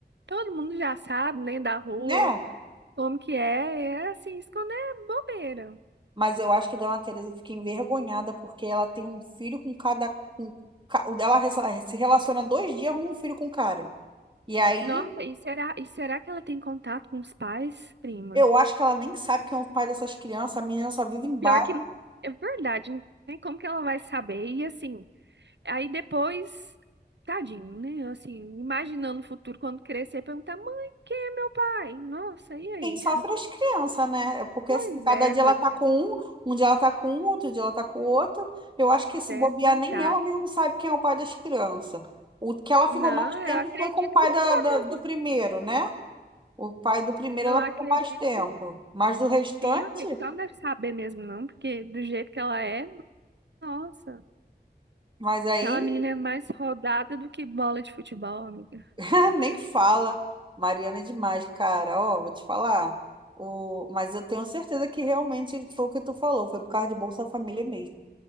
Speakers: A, on the right; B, on the right.
A: todo mundo já sabe, né, da rua,
B: né?
A: como que é, é assim, esconder bobeira.
B: Mas eu acho que Dona Teresa fica envergonhada porque ela tem um filho com cada. Com, ca- o dela rela- se relaciona dois dias com um filho com um cara. E aí
A: Nossa, e será, e será que ela tem contato com os pais, prima?
B: eu acho que ela nem sabe quem é o pai dessas crianças. A menina só vive em bar.
A: Pior que é verdade, né? Como que ela vai saber? E assim, aí depois, tadinho, né? Assim, imaginando o futuro quando crescer, perguntar: "Mãe, quem é meu pai?" Nossa, e aí?
B: E quem sofre é as crianças, né? É Porque
A: Pois
B: assim, cada
A: é,
B: dia
A: coitado,
B: ela tá com um, um dia ela tá com um, outro dia ela tá com o outro. Eu acho que esse
A: é,
B: bobear
A: coitado.
B: nem ela mesma sabe quem é o pai das crianças. O que ela
A: Não,
B: ficou mais
A: eu
B: tempo
A: acredito
B: foi com o pai
A: que não
B: da,
A: tá
B: da-
A: mesmo.
B: do primeiro, né? O pai do primeiro
A: Eu
B: ela
A: acredito
B: ficou mais tempo.
A: que não
B: Mas do restante.
A: tem, eu acredito que ela não deve saber mesmo, não, porque do jeito que ela é, nossa,
B: Mas aí
A: aquela menina é mais rodada do que bola de futebol, amiga.
B: <laughs> nem fala. Mariana é demais, cara. Ó, vou te falar. O... Mas eu tenho certeza que realmente foi o que tu falou, foi por causa de Bolsa Família mesmo.